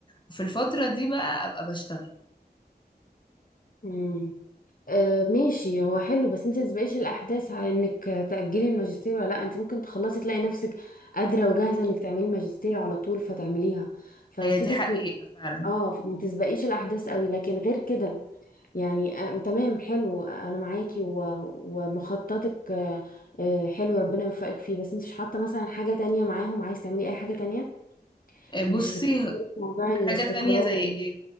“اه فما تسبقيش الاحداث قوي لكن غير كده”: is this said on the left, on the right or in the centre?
Left